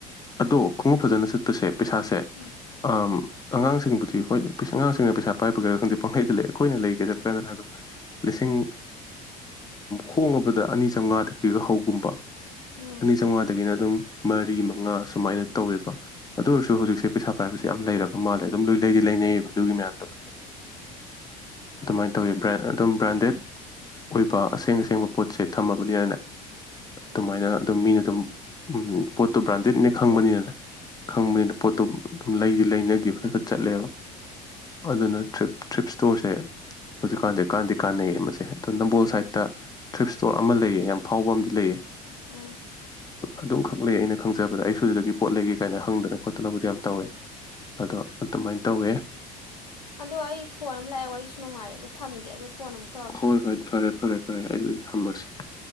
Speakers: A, on the left; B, on the left.
A: ꯑꯗꯣ ꯈꯣꯡꯎꯞ ꯐꯖꯅ ꯆꯠꯄꯁꯦ ꯄꯩꯁꯥꯁꯦ
B: ꯎꯝ
A: ꯑꯝ ꯑꯉꯥꯡꯁꯤꯡꯕꯨꯗꯤ ꯍꯣꯏ ꯑꯉꯥꯡꯁꯤꯡꯅ ꯄꯩꯁꯥ ꯄꯥꯏꯕꯒꯦꯔꯥ ꯈꯪꯗꯦ ꯄꯪꯍꯩꯗ ꯂꯩꯦ ꯑꯩꯈꯣꯏꯅ ꯂꯩꯒꯦ ꯆꯠꯄ ꯀꯥꯟꯗꯅ ꯑꯗꯨꯝ ꯂꯤꯁꯤꯡ ꯍꯣꯡꯉꯕꯗ ꯑꯅꯤ ꯆꯥꯝꯃꯉꯥꯗꯒꯤꯒ ꯍꯧꯒꯨꯝꯕ
B: ꯎꯝ
A: ꯑꯅꯤ ꯆꯥꯝꯉꯥꯗꯒꯤꯅ ꯑꯗꯨꯝ ꯃꯔꯤ ꯉꯥ ꯁꯨꯃꯥꯏꯅ ꯇꯧꯋꯦꯕ ꯑꯗꯨ ꯑꯣꯏꯔꯁꯨ ꯍꯧꯖꯤꯛꯁꯦ ꯄꯩꯁꯥ ꯄꯥꯏꯕꯁꯦ ꯌꯥꯝ ꯂꯩꯔꯕ ꯃꯥꯜꯂꯦ ꯑꯗꯨꯝ ꯂꯣꯏ ꯂꯩꯗꯤ ꯂꯩꯅꯩꯌꯦꯕ ꯑꯗꯨꯒꯤ ꯃꯌꯥꯝꯗꯣ ꯂꯣꯏꯅꯃꯛ ꯑꯗꯨꯃꯥꯏꯅ ꯇꯧꯋꯦ ꯕ꯭ꯔꯦꯟ ꯑꯗꯨꯝ ꯕ꯭ꯔꯥꯟꯗꯦꯠ ꯑꯣꯏꯕ ꯑꯁꯦꯡ ꯑꯁꯦꯡꯕ ꯄꯣꯠꯁꯦ ꯊꯝꯃꯕꯅꯤꯅꯅꯦ ꯑꯗꯨꯃꯥꯏꯅ ꯑꯗꯨꯝ ꯃꯤꯅ ꯑꯗꯨꯝ ꯄꯣꯠ ꯄꯣꯠꯇꯣ ꯕ꯭ꯔꯥꯟꯗꯦꯗꯅꯦ ꯈꯪꯕꯅꯤꯅ ꯈꯪꯕꯅꯤꯅ ꯄꯣꯠꯇꯣ ꯑꯗꯨꯝ ꯂꯩꯗꯤ ꯂꯩꯅꯒꯤ ꯐꯖ ꯆꯠꯂꯦꯕ ꯑꯗꯨ ꯑꯗꯨꯅ ꯇꯔꯤꯞ ꯇꯔꯤꯞ ꯏꯁꯇꯣꯔꯁꯦ ꯍꯧꯖꯤꯛꯀꯥꯟꯁꯦ ꯀꯥꯟꯅꯗꯤ ꯀꯥꯟꯅꯩꯌꯦ ꯃꯁꯦ ꯑꯗꯣ ꯅꯝꯕꯣꯜ ꯁꯥꯏꯠꯇ ꯇ꯭ꯔꯤꯞ ꯏꯁꯇꯣꯔ ꯑꯃ ꯂꯩꯌꯦ ꯌꯥꯝ ꯐꯥꯎꯕ ꯑꯃꯗꯤ ꯂꯩꯑꯦ
B: ꯎꯝ
A: ꯑꯗꯨꯝꯈꯛ ꯂꯩ ꯑꯩꯅ ꯈꯪꯖꯕꯗ ꯑꯩ ꯁꯨꯁꯤꯗꯒꯤ ꯄꯣꯠ ꯂꯩꯒꯦ ꯀꯥꯏꯅ ꯍꯪꯗꯅ ꯈꯣꯠꯇꯅꯕꯨꯗꯤ ꯌꯥꯝ ꯇꯧꯋꯦ ꯑꯗꯣ ꯑꯗꯨꯃꯥꯏꯅ ꯇꯧꯋꯦ
B: ꯑꯗꯣ ꯑꯩ ꯐꯣꯟ ꯑꯃ ꯂꯥꯛꯑꯦ ꯋꯥꯔꯤꯁꯨ ꯅꯨꯡꯉꯥꯏꯔꯦ ꯑꯗꯣ ꯊꯝꯒꯦ ꯑꯗꯨ ꯀꯣꯟꯅ ꯑꯃꯨꯛ ꯇꯧꯔꯛꯀꯦ
A: ꯍꯣꯏ ꯍꯣꯏ ꯊꯔꯦ ꯐꯔꯦ ꯐꯔꯦ ꯑꯩꯗꯨꯗꯤ ꯊꯝꯝꯕꯁꯤꯦ